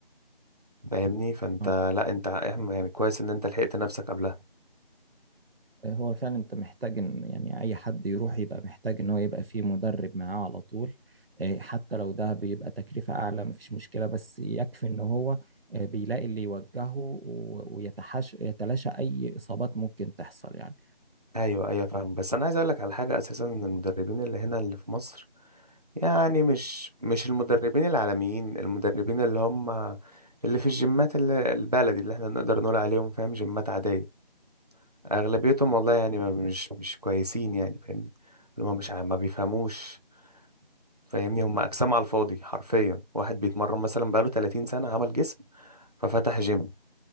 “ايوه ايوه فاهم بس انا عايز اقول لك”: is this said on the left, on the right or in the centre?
Right